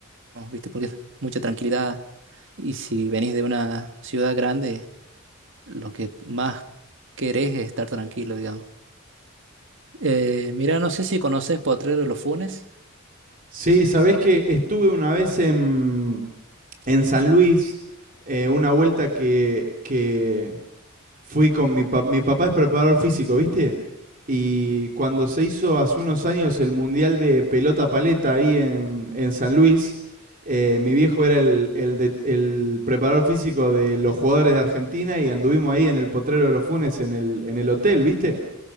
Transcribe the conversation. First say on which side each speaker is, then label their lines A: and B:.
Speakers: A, on the right; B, on the right.
A: ¿viste? Porque es mucha tranquilidad. Y si venís de una ciudad grande, lo que más querés es estar tranquilo, digamos. Eh, mira, no sé si conoces Potrero de los Funes,
B: Sí, sabés que estuve una vez en, en San Luis, eh, una vuelta que, que, Fui con mi papá, mi papá es preparador físico, ¿viste? Y cuando se hizo hace unos años el Mundial de Pelota Paleta ahí en, en San Luis, eh, mi viejo era el, el de- el preparador físico de los jugadores de Argentina y anduvimos ahí en el Potrero de los Funes en el, en el hotel, ¿viste?